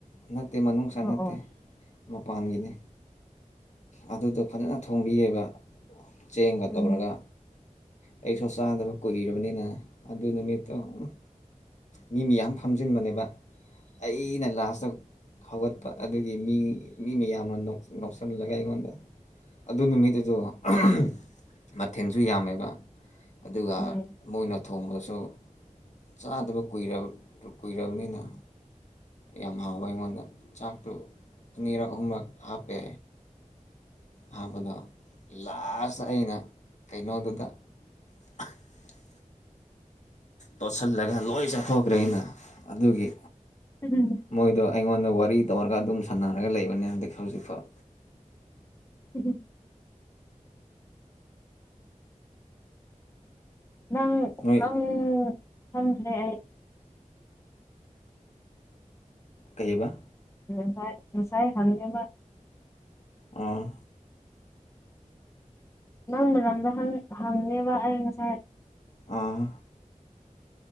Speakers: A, on the left (about 60°); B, on the left (about 20°).
A: ꯅꯠꯇꯦ ꯃꯅꯨꯡ ꯁꯥ
B: ꯑꯣ
A: ꯅꯠꯇꯦ
B: ꯑꯣ
A: ꯃꯄꯥꯟꯒꯤꯅꯤ ꯑꯗꯨꯗꯣ ꯐꯖꯅ ꯊꯣꯡꯕꯤꯌꯦꯕ ꯆꯦꯡꯒ
B: ꯎꯝ
A: ꯇꯧꯔꯒ ꯑꯩꯁꯨ ꯆꯥꯗꯕ ꯀꯨꯏꯔꯕꯅꯤꯅ ꯑꯗꯨ ꯅꯨꯃꯤꯠꯇꯣ ꯎꯝ ꯃꯤ ꯃꯤꯌꯥꯝ ꯐꯝꯖꯤꯟꯕꯅꯦꯕ ꯑꯩꯅ ꯂꯥꯁꯇ ꯍꯧꯒꯠꯄ ꯑꯗꯨꯒꯤ ꯃꯤ ꯃꯤ ꯃꯌꯥꯝꯅ ꯅꯣꯛ ꯅꯣꯛꯁꯜꯂꯒ ꯑꯩꯉꯣꯟꯗ ꯑꯗꯨ ꯅꯨꯃꯤꯠ ꯇꯨꯁꯨ ꯑꯍꯝ ꯍꯝ ꯃꯊꯦꯜꯁꯨ ꯌꯥꯝꯃꯦꯕ ꯑꯗꯨꯒ
B: ꯎꯝ
A: ꯃꯣꯏꯅ ꯊꯣꯡꯕꯁꯨ ꯇꯥꯗꯕ ꯀꯨꯏꯔ ꯀꯨꯏꯔꯕꯅꯤꯅ ꯌꯥꯝ ꯍꯥꯎꯋꯦ ꯑꯩꯉꯣꯟꯗ ꯆꯥꯛꯇꯨ ꯑꯅꯤꯔꯛ ꯑꯍꯨꯝꯔꯛ ꯍꯥꯞꯄꯦ ꯍꯥꯞꯄꯗꯣ ꯂꯥꯁꯇ ꯑꯩꯅ ꯀꯩꯅꯣꯗꯨꯗ <inaudible> ꯇꯣꯠꯁꯜꯂꯒ ꯂꯣꯏ ꯆꯥꯊꯣꯛꯈ꯭ꯔꯦ ꯑꯩꯅ ꯑꯗꯨꯒꯤ
B: ꯍꯝ ꯎꯝ
A: ꯃꯣꯏꯗꯣ ꯑꯩꯉꯣꯟꯗ ꯋꯥꯔꯤ ꯇꯧꯔꯒ ꯑꯗꯨꯝ ꯁꯥꯟꯅꯔꯒ ꯂꯩꯕꯅꯦ ꯍꯟꯗꯛ ꯍꯧꯖꯤꯛꯐꯥꯎ
B: ꯍꯨꯝ ꯍꯨꯝ ꯅꯪ
A: ꯅꯣꯏ
B: ꯅꯪ ꯈꯪꯈ꯭ꯔꯦ ꯑꯩ
A: ꯀꯩꯑꯕ
B: ꯉꯁꯥꯏ ꯉꯁꯥꯏ ꯍꯪꯉꯦꯕ
A: ꯑ
B: ꯅꯪ ꯃꯔꯝꯗ ꯍꯪ ꯍꯪꯉꯦꯕ ꯑꯩ ꯉꯁꯥꯏ
A: ꯑꯣ